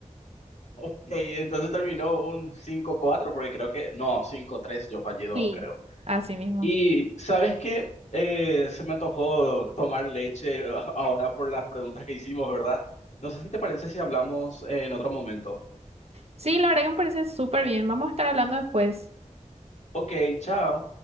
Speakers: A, on the left (about 60°); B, on the right (about 50°).
A: Ok, entonces terminó un cinco cuatro porque creo que, no, cinco tres yo fallé dos,
B: Sí,
A: creo.
B: así mismo.
A: Y sabes que se me antojó tomar leche <laughs> ahora por las preguntas que hicimos, ¿verdad? No sé si te parece si hablamos en otro momento.
B: Sí, la verdad que me parece súper bien. Vamos a estar hablando después.
A: Ok, chao.